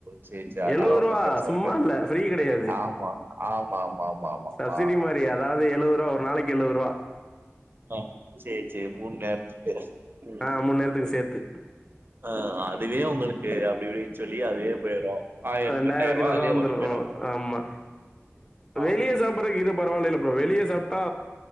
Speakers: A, on the right; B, on the left.
A: செரி செரி அதனால
B: எழுவது
A: ஒண்ணும்
B: ரூபா
A: பிரச்சன
B: சும்மா
A: இருக்காது
B: இல்ல ஃப்ரீ கிடையாது
A: ஆமா ஆமா ஆமா ஆமா ஆமா
B: சப்சிடி
A: ஆமா
B: மாதிரி அதாவது எழுவது ரூபா நாளைக்கு எழுவ ரூவா
A: ஆ சேரி சேரி மூணு நேரத்துக்கு ம்
B: ஆ மூணு நேரத்துக்கும் சேர்த்து
A: ஆ அ இதுவே உங்களுக்கு அப்டி சொல்லி அதுவே போயிரு ஆயிரத்தி
B: ரெண்டாயிரத்தி
A: ரெண்டாயிரூவா
B: நூறுவா
A: அதுலயே
B: வந்துரும்
A: ஓடி போயிரு
B: ஆமா
A: ஆமா
B: வெளிய சாப்டுறதுக்கு இது பரவாயில்லப்பா ப்ரோ வெளிய சாப்ட்டா